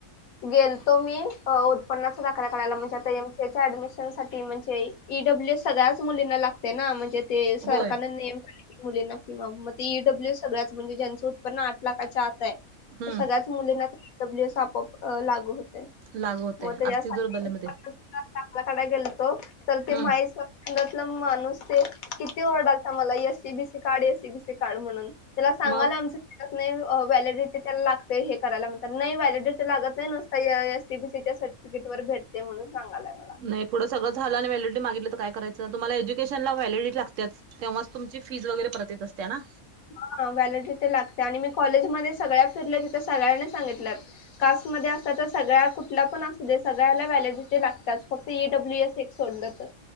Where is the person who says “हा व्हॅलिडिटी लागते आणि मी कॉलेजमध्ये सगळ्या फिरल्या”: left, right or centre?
Left